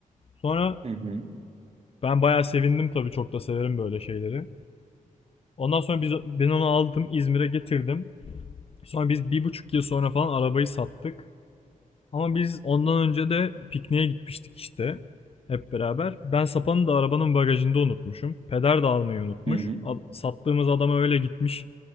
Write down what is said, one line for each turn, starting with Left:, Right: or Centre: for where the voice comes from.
Left: Sonra
Right: hı. hı.
Left: Ben bayağı sevindim tabii çok da severim böyle şeyleri. Ondan sonra biz, ben onu aldım İzmir'e getirdim. Sonra biz bir buçuk yıl sonra falan arabayı sattık. Ama biz ondan önce de pikniğe gitmiştik işte. Hep beraber. Ben sapanı da arabanın bagajında unutmuşum. Peder de almayı unutmuş.
Right: Hı hı.
Left: Al- Sattığımız adama öyle gitmiş.